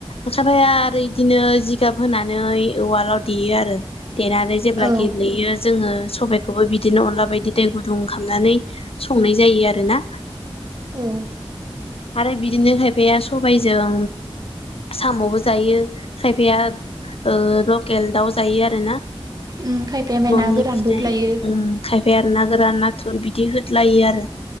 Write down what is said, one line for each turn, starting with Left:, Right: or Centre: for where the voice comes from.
Left: ओखफाया आरो इदिनो जिगाब होनानै उवालाव देयो आरो देनानै जेब्ला
Right: औ
Left: गेब्लेयो जोङो सबायखौबो बिदिनो अनला बायदि दै गुदुं खालामनानै संनाय जायो आरोना
Right: औ
Left: आरो बिदिनो खायफाया सबायजों साम'बो जायो खायफाया ओ लकेल दाउ जायो आरोना
Right: उम खायफाया ओमफ्राय
Left: न'नि
Right: ना गोरानबो
Left: फिनाय
Right: लायो
Left: उम खायफाया आरो ना गोरान नाथुर बिदि होदलायो आरो